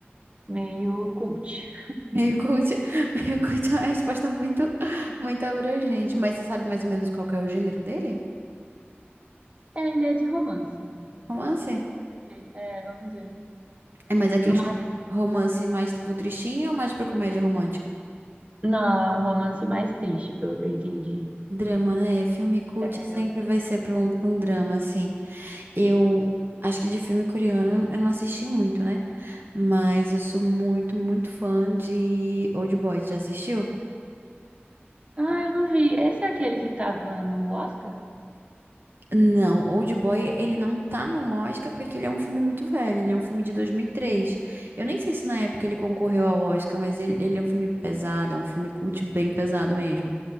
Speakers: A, on the right; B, on the right.
A: meio cult.
B: Meio cult, <laughs> meio cult é uma resposta muito, muito abrangente. Mas você sabe mais ou menos qual que é o gênero dele?
A: É, ele é de romance, então
B: Romance?
A: vamos ver. É, vamos ver.
B: É mais aqueles
A: Mas-
B: rom- romance mais pro tristinho ou mais pro comédia romântica?
A: Não, é um romance mais triste, pelo que eu entendi.
B: Drama, né? Filme cult
A: É
B: sempre
A: um
B: vai
A: drama.
B: ser pra um, pra um drama, assim. Eu acho que de filme coreano eu não assisti muito, né? Mas eu sou muito, muito fã de Old Boy. Já assistiu?
A: Ah, eu não vi. Esse é aquele que tava no Oscar?
B: Não, Old Boy, ele não tá no Oscar porque ele é um filme muito velho, ele é um filme de 2003. Eu nem sei se na época ele concorreu ao Oscar, mas ele, ele é um filme pesado, é um filme cult bem pesado mesmo.